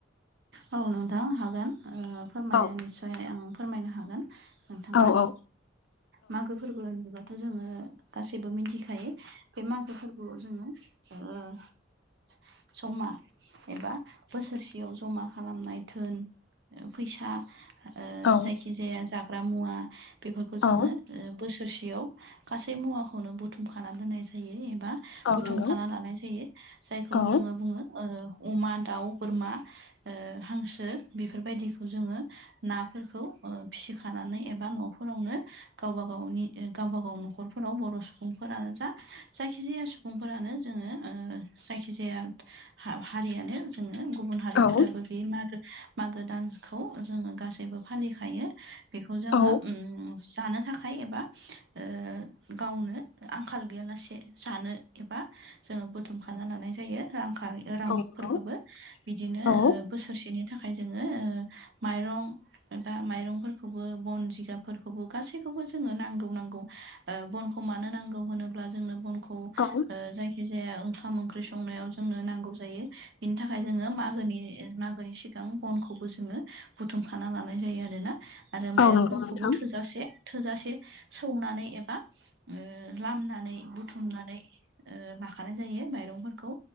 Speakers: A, on the right; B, on the left.
A: औ नोंथां हागोन ओ फोरमाय
B: औ
A: निस्सय आं फोरमायनो हागोन। नोंथांनो
B: औ औ
A: मागो फोरबो होनोबाथ' जोङो गासैबो मिथिखायो बे मागो फोरबो जोङो ओ <unintelligible> एबा बोसोरसेयाव जमा खालामनाय घोन फैसा। ओ
B: औ
A: जायखि जाया जाग्रा मुवा बेफोरखौ जोङो
B: औ
A: ओ बोसोरसेयाव गासै मुवाखौनो बुथुमखानानै दोननाय जायो एबा बुथुमखाना
B: औ नंगौ
A: लानाय जायो जायखौ
B: औ
A: जोङो बुङो ओ अमा दाउ बोरमा ओ हांसो बेफोरबायदिखौ जोङो नाफोरखौ ओ फिखानानै एबा न'फोरावनो गावबा गावनि ओ गावबा गाव न'खरफोराव बर' सुबुंफोरानो जा जायखिजाया सुबुं सुबुंफोरानो जोङो ओ जायखिजाया हा-हारियानो जोङो गुबुन हारिफोराबो
B: औ
A: बे मागो मागो दानखौ जोङो गासैबो फालिखायो। बेखौ जोङो
B: औ
A: उम जानो थाखाय एबा ओ गावनो आंखाल गैयालासे जानो एबा जोङो बुथुमखाना लानाय जायो रां <unintelligible> रांफोरखौबो
B: नंगौ
A: बिदिनो
B: औ
A: ओ बोसोरसेनि थाखाय जोङो ओ माइरं दा माइरंफोरखौबो बन जिगाबफोरखौबो गासैखौबो जोङो नांगौ नांगौ। ओ बनखौ मानो नांगौ होनोब्ला जोंनो बन खौ ओ
B: औ
A: जायखि जाया ओंखाम ओंख्रि संनायाव जोंनो नांगौ जायो। बिनि थाखाय जोङो मागोनि मागोनि सि गां बनखौबो जोङो बुथुमखाना लानाय जायो आरो ना आरो माइरंफोरखौबो
B: औ नंगौ नोंथां
A: थोजासे थोजासे सौनानै एबा ओ लामनानै बुथुमनानै ओ बाखानाय जायो माइरंफोरखौ